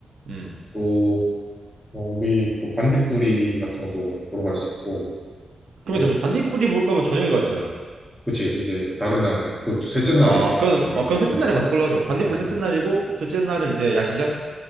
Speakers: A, on the right; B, in the centre.
A: 음.
B: 또, 뭐 우리 또 반딧불이 같은 것도 보러 갈 수 있고
A: 그러면
B: 뭐
A: 잠시 반딧불이 볼 거면 저녁에 가야 되잖아.
B: 그치 이제 다른 날그 셋째 날에
A: 아,
B: 이제
A: 그건, 어, 그건 셋째
B: 그런가?
A: 날에 가는 걸로 하죠. 반딧불
B: 아,
A: 셋째
B: 네.
A: 날이고, 둘째 날은 이제 야시장?